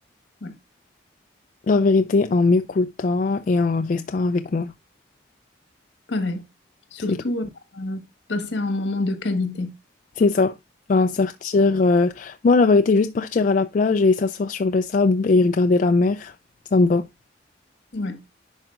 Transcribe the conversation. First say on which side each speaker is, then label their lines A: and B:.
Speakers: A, on the left; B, on the left.
A: Ouais,
B: La vérité, en m'écoutant et en restant avec moi.
A: pareil. Surtout
B: C'est tout.
A: euh, passer un moment de qualité.
B: C'est ça. Enfin, sortir. euh, Moi, la vérité, juste partir à la plage et s'asseoir sur le sable et regarder la mer, ça me va.
A: Ouais,